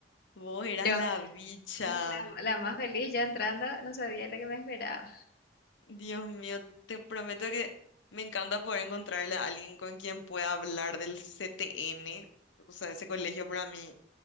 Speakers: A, on the left; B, on the left.
A: Vos eras
B: Yo,
A: la bicha.
B: la, la más feliz, yo entrando, no sabía lo que me esperaba.
A: Dios mío, te prometo que me encanta poder encontrarle a alguien con quien pueda hablar del CTN. O sea, ese colegio para mí